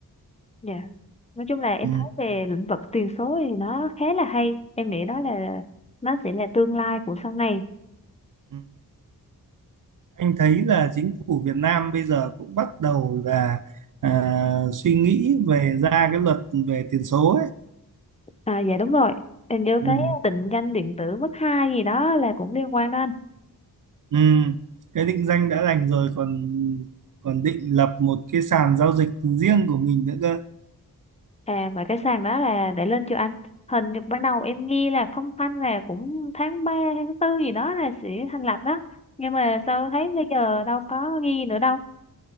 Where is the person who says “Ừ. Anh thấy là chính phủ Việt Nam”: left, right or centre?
Right